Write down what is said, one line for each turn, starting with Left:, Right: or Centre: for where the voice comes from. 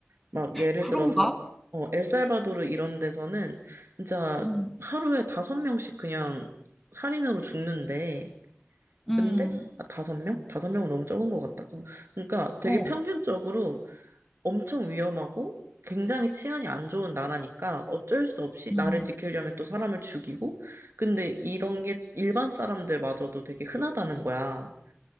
Right: 막 예를
Centre: 그런가?
Right: 들어서 어, 엘살바도르 이런 데서는 진짜
Centre: 음.
Right: 하루에 다섯 명씩 그냥 살인으로 죽는데
Centre: 음.
Right: 근데 아, 다섯 명? 다섯 명은 너무 적은 것 같다. 그럼- 그러니까 되게
Centre: 어.
Right: 평균적으로 엄청 위험하고 굉장히 치안이 안 좋은 나라니까 어쩔 수 없이
Centre: 음.
Right: 나를 지키려면 또 사람을 죽이고 근데 이런 게 일반 사람들마저도 되게 흔하다는 거야.